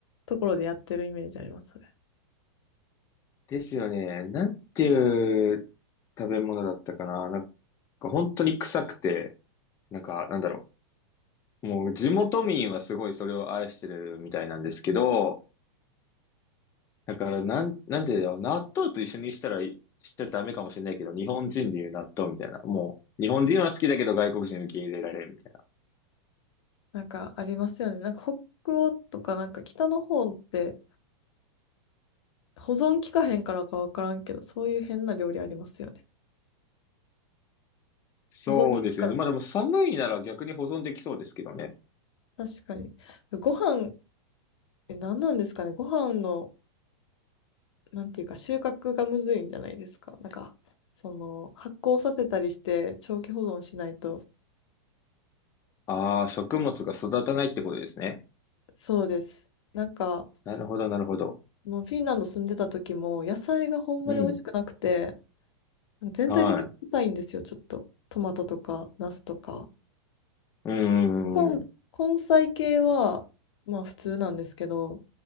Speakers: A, on the left; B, on the left.
A: ところでやってるイメージあります、それ。
B: ですよね。なんていう食べ物だったかな。なんか本当に臭くて、なんかなんだろう。もう地元民はすごいそれを愛してるみたいなんですけど、だからなん、なんていうんだろう。納豆と一緒にしたらい、しちゃダメかもしれないけど、日本人でいう納豆みたいな。もう、日本人は好きだけど外国人受け入れられんみたいな。
A: なんかありますよね。なんか北欧とか、なんか北の方って保存期かへんからかわからんけど、そういう変な料理ありますよね。
B: そうですよね。
A: 保存期かからか。
B: まあでも寒いなら逆に保存できそうですけどね。
A: 確かに。ご飯、え、何なんですかね。ご飯の、なんていうか、収穫がむずいんじゃないですか。なんか、その、発酵させたりして、長期保存しないと、
B: ああ、食物が育たないってことですね。
A: そうです。なんか、
B: なるほど、なるほど。
A: そのフィンランド住んでた時も、野菜がほんまに美味しくなくて、
B: うん。
A: 全体的に硬いんですよ、
B: はい。
A: ちょっと。トマトとか、ナスとか。
B: うんうんうん
A: さん根菜系は、まあ普通なんですけど、